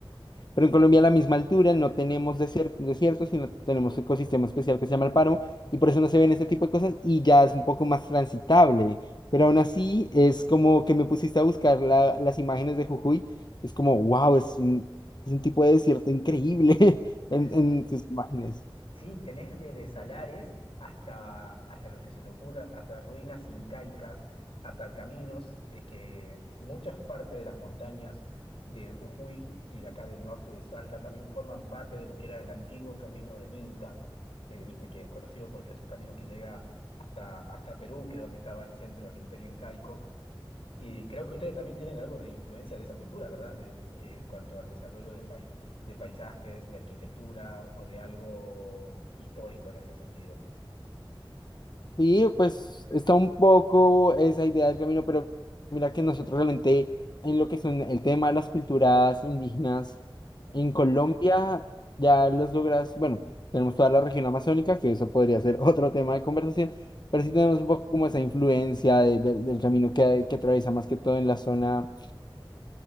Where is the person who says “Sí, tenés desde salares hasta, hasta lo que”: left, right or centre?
Left